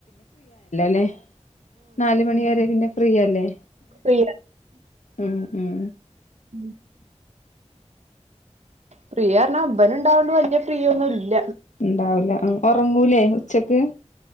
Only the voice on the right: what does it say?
ഫ്രീ
ഉം ഫ്രീയാറഞ്ഞ ഇബന്ണ്ടാവോണ്ട് വല്യ ഫ്രീയൊന്നുല്ല